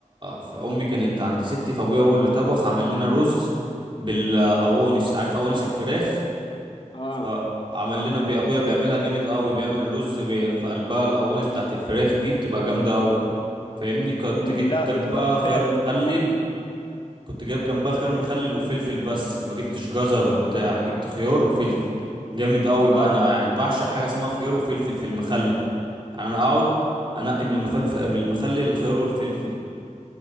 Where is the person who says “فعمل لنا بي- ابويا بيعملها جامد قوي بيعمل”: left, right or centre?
Right